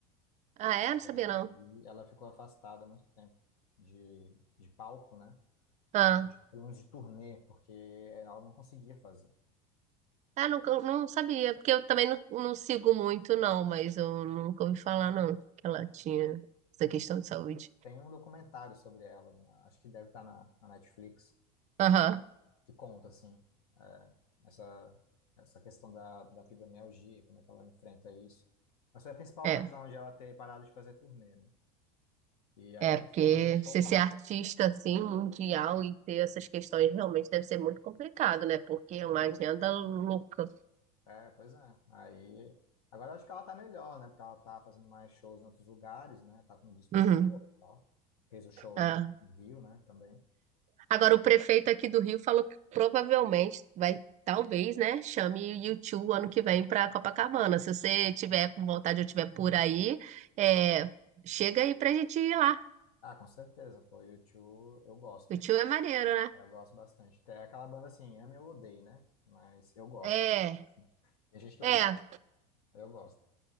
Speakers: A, on the right; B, on the left.
A: Ah, é? Não
B: E
A: sabia não.
B: aí ela ficou afastada há muito tempo de, de palco, né?
A: Ah.
B: ou de, pelo menos de turnê, porque ela não conseguia fazer.
A: Ah, nunca, eu não sabia, porque eu também não, não sigo muito, não, mas eu nunca ouvi falar, não, que ela tinha essa questão de saúde.
B: Tem um documentário sobre ela, na- acho que deve estar na, na Netflix,
A: Aham,
B: que conta, assim, é, essa, essa questão da, da fibromialgia, como é que ela enfrenta isso. Mas foi a principal
A: é.
B: razão de ela ter parado de fazer turnê, né? E aí
A: É,
B: ela
A: porque
B: ficou fazendo show
A: você
B: lá,
A: ser artista, assim, mundial e ter essas questões realmente deve ser muito complicado, né? Porque
B: sim.
A: é uma agenda louca.
B: É, pois é. Aí, agora eu acho que ela tá melhor, né? Porque ela tá fazendo mais shows em outros lugares, né? Tá com um disco
A: Uhum.
B: novo e tal. Fez o show
A: Ah.
B: no no Rio, né? Também.
A: Agora, o prefeito aqui do Rio falou que provavelmente vai, talvez, né, chame o YouTube ano que vem para Copacabana. Se você tiver com vontade ou tiver por aí, é, chega aí pra gente ir lá.
B: Ah, com certeza, pô, U2 eu gosto.
A: O tio é maneiro, né?
B: Eu gosto bastante. Tem aquela banda assim, ame ou odeie, né? Mas eu gosto.
A: É,
B: Tem gente que
A: é.
B: odeia, eu gosto.